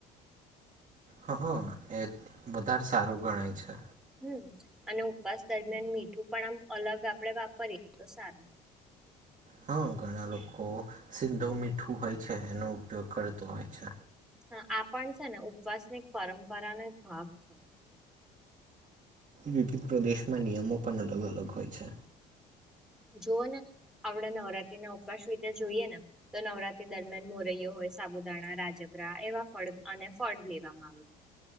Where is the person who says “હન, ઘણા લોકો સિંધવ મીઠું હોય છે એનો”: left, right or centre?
Right